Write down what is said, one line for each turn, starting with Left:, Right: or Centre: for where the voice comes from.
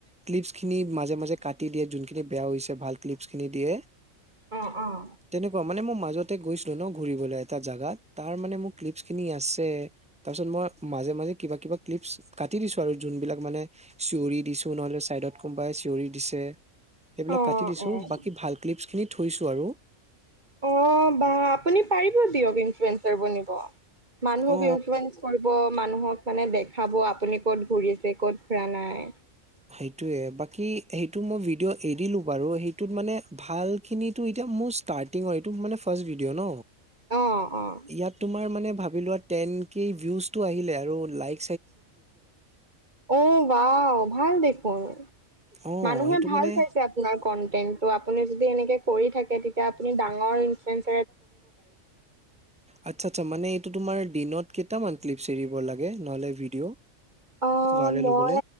Centre: ক্লিপছ খিনি মাজে-মাজে কাটি। দি, দিয়ে যোনখিনি বেয়া হৈছে ভাল ক্লিপছ খিনি দিয়ে।
Right: অহ ',- অহ ',
Centre: তেনেকুৱা মানে মই মাজতে গৈছিলো ন ঘুৰিবলৈ এটা জাগাত। তাৰ মানে মোৰ ক্লিপছ খিনি আছে। তাৰপিছত মই মাজে-মাজে কিবা-কিবা ক্লিপছ কাটি দিছোঁ আৰু যোনবিলাক মানে চিঞৰি দিছোঁ নহ'লে চাইডত কোনোবাই চিঞৰি দিছে। সেইবিলাক
Right: অ
Centre: কাটি দিছোঁ,
Right: অ
Centre: বাকী ভাল ক্লিপছ খিনিত থৈছোঁ আৰু।
Right: অ বা আপুনি পাৰিব দিয়ক ইন ফানঞ্জাৰ বনিব। মানুহক
Centre: অ
Right: ইনফ্লেন্ কৰিব। কব, মানুহক মানে দেখাব আপুনি ক'ত ঘুৰিছে ক'ত ঘুৰা নাই।
Centre: সেইটোয়ে। বাকী সেইটো মই ভিডিঅ' এৰিলো বাৰু। সেইটোত মানে ভালখিনি টোএতিয়া মোৰ ষ্টাৰ্টিঙৰ এইটো মানে ফাৰ্ষ্ট ভিডিঅ' ন।
Right: অ' অ'
Centre: ইয়াত তোমাৰ। মানে ভাবিলো আৰু। তেইন কে ভিউছ টো আহিলেই আৰু লাইক।
Right: অ ৱাও ভাল দেখ পৰ
Centre: অ
Right: মানুহে
Centre: সেইটো
Right: ভাল
Centre: মানে
Right: পাইছে। আপোনাৰ কন্টেন্ টো আপুনি যদি। যদি এনেকে কৰি থাকে তেতিয়া আপুনি ডাঙৰ ইনঞ্চনচ।
Centre: আচ্ছা আচ্ছা মানে এইটো তোমাৰ দিনত। কেইটামান ক্লিপছ এৰিব লাগে নহ'লে ভিডিঅ'
Right: অ
Centre: ভাইৰেল
Right: মই
Centre: হবলে